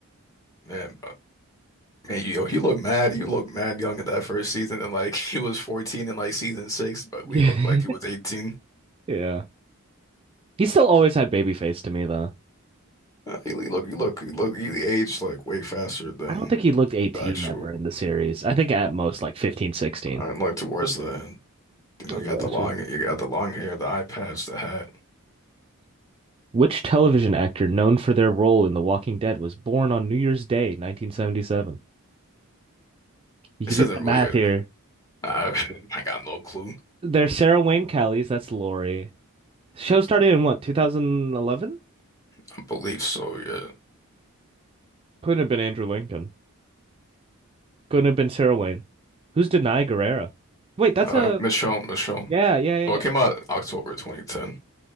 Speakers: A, on the left; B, on the right.
A: Man, Man, yo, he looked mad. He looked mad young in that first season, and like <laughs> he was 14 in like season six, but
B: <laughs>
A: we looked like he was 18.
B: Yeah. He still always had baby face to me though.
A: Uh, he, he look, he look, he look, he aged like way faster than
B: I don't think he looked 18
A: the actual.
B: ever in the series. I think at most like fifteen, sixteen.
A: uh, And like towards the end, you
B: 16.
A: know, you got the
B: Gotcha.
A: long, you got the long hair, the eye patch, the hat.
B: Which television actor known for their role in The Walking Dead was born on New Year's Day, 1977? You
A: This
B: can do
A: isn't
B: the math
A: really a.
B: here.
A: I <laughs> I got no clue.
B: There's Sarah Wayne Callies, that's Lori. Show started in what, 2011?
A: I believe so. Yeah,
B: Couldn't have been Andrew Lincoln. Couldn't have been Sarah Wayne. Who's Denai Guerrera? Wait, that's
A: uh,
B: a
A: Michonne, Michonne.
B: yeah, yeah, yeah.
A: Oh,
B: yeah.
A: it came out October 2010.